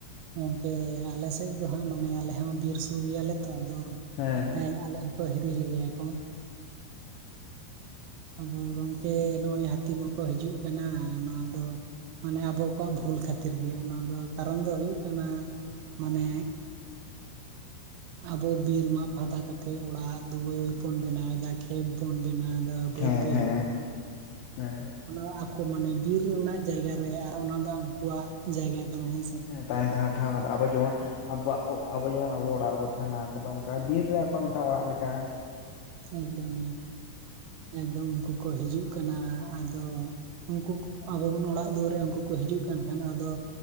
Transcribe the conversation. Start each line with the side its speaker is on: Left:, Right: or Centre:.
Right: ᱜᱚᱝᱠᱮ ᱟᱞᱮ ᱥᱮᱫ ᱫᱚ ᱦᱟᱸᱜ ᱢᱟᱱᱮ ᱟᱞᱮ ᱦᱚᱸ ᱵᱤᱨ ᱥᱩᱨ ᱜᱮᱭᱟᱞᱮ ᱛᱚ ᱟᱫᱚ ᱾
Left: ᱦᱮᱸ ᱾
Right: ᱦᱮᱸ, ᱟᱞᱮ ᱦᱚᱸᱠᱚ ᱦᱤᱨᱤ ᱞᱮᱜᱮᱭᱟ ᱠᱚ ᱾ ᱟᱫᱚ ᱜᱚᱝᱠᱮ ᱱᱚᱜᱼᱚᱭ ᱦᱟᱹᱛᱤ ᱢᱟᱠᱚ ᱦᱤᱡᱩᱜ ᱠᱟᱱᱟ ᱱᱚᱣᱟ ᱫᱚ, ᱢᱟᱱᱮ ᱟᱵᱚ ᱠᱚᱣᱟᱜ ᱵᱷᱩᱞ ᱠᱷᱟᱹᱛᱤᱨ ᱜᱮ, ᱚᱱᱟ ᱫᱚ ᱠᱟᱨᱚᱱ ᱫᱚ ᱦᱩᱭᱩᱜ ᱠᱟᱱᱟ ᱢᱟᱱᱮ ᱟᱵᱚ ᱵᱤᱨ ᱢᱟᱜ ᱯᱷᱟᱠᱟ ᱠᱟᱛᱮᱫ ᱚᱲᱟᱜ ᱫᱩᱣᱟᱹᱨ ᱵᱚᱱ ᱵᱮᱱᱟᱣᱮᱫᱟ, ᱠᱷᱮᱛ ᱵᱚᱱ ᱵᱮᱱᱟᱣ ᱮᱫᱟ, ᱵᱟᱹᱫ
Left: ᱦᱮᱸ
Right: ᱵᱟᱹᱭᱦᱟᱹᱲ
Left: ᱦᱮᱸ
Right: ᱵᱚᱱ
Left: ᱦᱮᱸ
Right: ᱚᱱᱟ ᱟᱠᱚ ᱢᱟᱱᱮ ᱵᱤᱨ ᱨᱮᱱᱟᱜ ᱡᱟᱭᱜᱟ ᱨᱮ, ᱟᱨ ᱚᱱᱟ ᱫᱚ ᱩᱱᱠᱩᱣᱟᱜ ᱡᱟᱭᱜᱟ ᱠᱟᱱᱟ ᱦᱮᱸᱥᱮ ᱾
Left: ᱦᱮᱸ ᱛᱟᱦᱮᱱ ᱴᱷᱟᱶ ᱟᱵᱚ ᱡᱮᱢᱚᱱ ᱟᱵᱚᱣᱟᱜ ᱟᱵᱚ ᱡᱮᱢᱚᱱ ᱟᱵᱚ ᱚᱲᱟᱜ ᱨᱮᱵᱚ ᱛᱟᱦᱮᱱᱟ ᱟᱠᱚ ᱫᱚ ᱚᱱᱠᱟ ᱵᱤᱨ ᱨᱮ ᱟᱠᱚᱣᱟᱜ ᱢᱤᱫᱴᱟᱝ ᱚᱲᱟᱜ ᱞᱮᱠᱟ ᱾
Right: ᱮᱠᱫᱚᱢ ᱮᱠᱫᱚᱢ ᱩᱱᱠᱩ ᱠᱚ ᱦᱤᱡᱩᱜ ᱠᱟᱱᱟ ᱟᱫᱚ ᱩᱱᱠᱩ ᱟᱵᱚ ᱵᱚᱱ ᱚᱲᱟᱜ ᱫᱩᱣᱟᱹᱨᱮᱜᱼᱟ, ᱩᱱᱠᱩ ᱠᱚ ᱦᱤᱡᱩᱜ ᱠᱟᱱ ᱠᱷᱟᱱ ᱟᱫᱚ